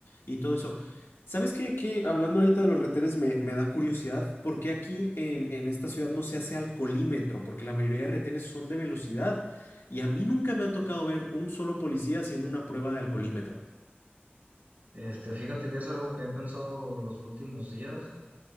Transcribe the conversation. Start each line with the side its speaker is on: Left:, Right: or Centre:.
Left: y todo eso. ¿Sabes qué? qué? Hablando ahorita de los retenes, me, me da curiosidad, ¿por qué aquí en, en esta ciudad no se hace alcoholímetro? Porque la mayoría de retenes son de velocidad y a mí nunca me ha tocado ver un solo policía haciendo una prueba de alcoholímetro.
Right: Este, fíjate que es algo que he pensado los últimos días,